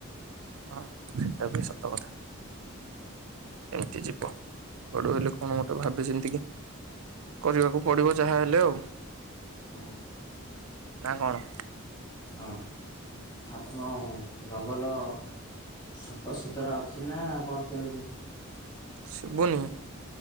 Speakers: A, on the right (about 80°); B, on the left (about 20°).
A: ହଁ ସେଟା ବି ସତ କଥା। ଏମିତି ଯିବ ଗଡ ହେଲେ କଣ ଗୋଟେ ଭାବିଚିନ୍ତିକି। କରିବାକୁ ପଡିବ ଯାହା ହେଲେ ଆଉ।
B: ହଁ।
A: ନା କଣ?
B: ହଁ ଆଉ ତମ ଜଙ୍ଗଲ ସଫାସୁୁତୁରା ଅଛି ନା କଣ କେମିତି?
A: ଶୁଭୁନି